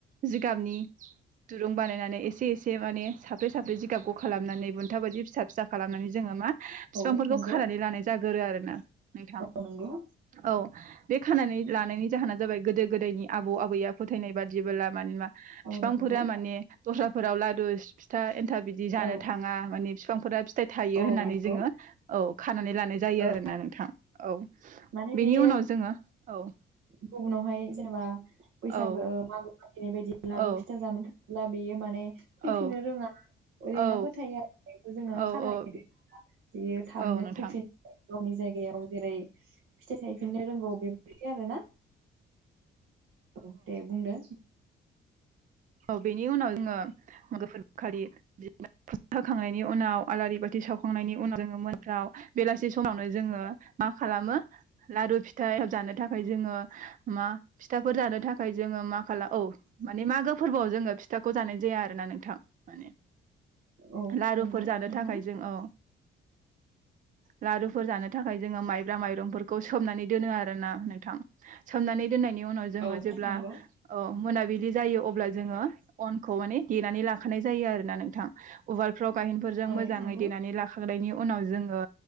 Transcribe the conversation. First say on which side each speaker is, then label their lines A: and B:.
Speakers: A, on the right; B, on the right.
A: जिगाबनि दुरुं बानायनानै एसे एसे माने साफ्रै साफ्रै जिगाब ग' खालामनानै बुन्था बायदि फिसा फिसा खालामनानै जोङो मा बिफांफोरखौ
B: औ नंगौ
A: खानानै लानाय जागोरो आरोना नोंथां।
B: औ नंगौ
A: औ बे खानानै लानायनि जाहोना जाबाय गोदो गोदानि आबौ आबैया फोथायनाय बादिबो माना
B: औ
A: बिफांफोरा
B: नंगौ
A: माने दस्राफोराव दुस फिथा एन्था बिदि जानो
B: औ
A: थाङा माने बिफांफोरा फिथाइ थायो
B: औ
A: होननानै
B: नंगौ
A: जोङो औ खानानै लानाय जायो
B: औ
A: आरो। ना नोंथां औ
B: माने
A: बेनि
B: बेयो
A: उनाव जोङो औ
B: गुबुनावहाय जेनेबा बैसागो
A: औ
B: मागो जेरैबायदि लाबोु
A: औ
B: फिथा जानो थाङोला बेयो माने फैफिननो
A: औ
B: रोङा ओरैनो
A: औ
B: फोथायो आरो जोंना
A: औ
B: खानाय
A: औ
B: बियो थाबनो
A: औ नोंथां
B: फैफिन गावनि जायगायाव जेरै फिथाइ थायफिननो रोंगौ बेबायदि आरो ना औ दे बुंदो
A: औ बेनि उनाव जोङो मागो फोरबो खालि <unintelligible> होखांनायनि उनाव आलारि बाथि सावखांनायनि उनाव जोङो मोनफ्राव बेलासि समावनो जोङो म मा खालामो लारु फिथाइ जानो थाखाय जोङो मा फिथाफोर जानो थाखाय जोङो मा खाला औ माने मागो फोरबोआव जोङो फिथाखौ जानाय जाया आरोना नोंथां माने
B: औ
A: लारुफोर
B: नंगौ
A: जानो
B: नोंथां
A: थाखाय जों औ लारुफोर जानो थाखाय जोङो माइब्रा माइरंफोरखौ सोमनानै दोनो आरोना नोंथां सोमनानै दनायनि उनाव जोङो
B: औ
A: जेब्ला
B: नंगौ
A: मोना बिदि जायो अब्ला जोङो आंखौ माने देनानै लानाय जायो आरोना नोंथां। गाइहेनफोरजों
B: औ
A: मोजाङै
B: नंगौ
A: देनानै लाखांनायनि उनाव जोङो